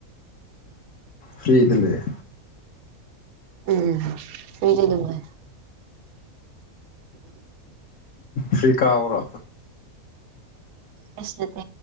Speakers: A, on the left; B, on the right.
A: ꯐ꯭ꯔꯔꯤ ꯏꯗ ꯂꯩꯦ
B: ꯎꯝ ꯃꯗꯤ ꯑꯗꯨꯝꯉ
A: ꯐꯔꯤ ꯀꯥꯔ
B: ꯀꯁꯗ